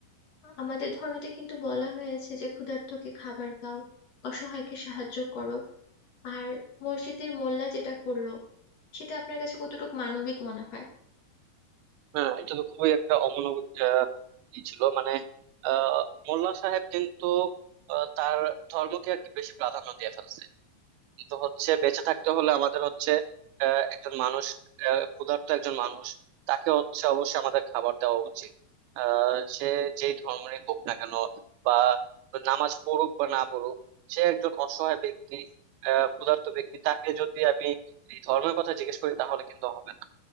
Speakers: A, on the left; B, on the right.
A: আমাদের ধর্মেতে কিন্তু বলা হয়েছে যে ক্ষুধার্তকে খাবার দাও অসহায়কে সাহায্য করো আর মসজিদের মোল্লা যেটা করলো সেটা আপনার কাছে কতটুকু মানবিক মনে হয়
B: হ্যাঁ এটা তো খুবই একটা অমানবিক আহ, ই ছিল মানে আহ, মোল্লা সাহেব কিন্তু আহ, তার ধর্মকে একটু বেশি প্রাধান্য দিয়ে ফেলছে কিন্তু হচ্ছে বেঁচে থাকতে হলে আমাদের হচ্ছে আহ, একজন মানুষ আহ, ক্ষুধার্ত একজন মানুষ তাকে হচ্ছে অবশ্যই আমাদের খাবার দেওয়া উচিত আহ, সে যেই ধর্মেরই হোক না কেন বা নামাজ পড়ুক বা না পড়ুক সে একজন অসহায় ব্যক্তি আহ ক্ষুধার্ত ব্যক্তি তাকে যদি আমি এই ধর্মের কথা জিজ্ঞেস করি তাহলে কিন্তু হবে না